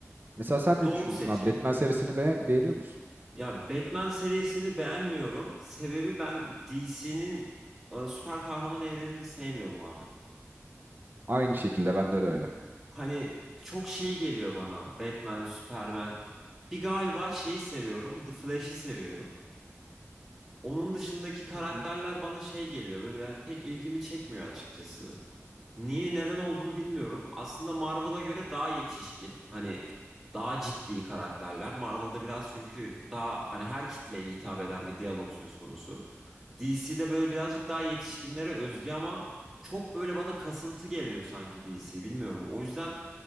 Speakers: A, on the right; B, in the centre.
A: Mesela sen ne
B: Doğru
A: düşünüyorsun
B: seçim.
A: abi? Batman serisini be- beğeniyor musun?
B: Ya Batman serisini beğenmiyorum. Sebebi ben DC'nin süper kahraman evrenini sevmiyorum abi.
A: Aynı şekilde bende de öyle.
B: Hani çok şey geliyor bana. Batman, Superman. Bir galiba şeyi seviyorum. The Flash'i seviyorum. Onun dışındaki karakterler
A: Hı hı.
B: bana şey geliyor. Böyle yani pek ilgimi çekmiyor açıkçası. Niye neden olduğunu bilmiyorum. Aslında Marvel'a göre daha yetişkin. Hani daha ciddi karakterler. Marvel'da biraz çünkü daha hani her kitleye hitap eden bir diyalog söz konusu. DC'de böyle birazcık daha yetişkinlere özgü ama çok böyle bana kasıntı geliyor sanki DC. Bilmiyorum. O yüzden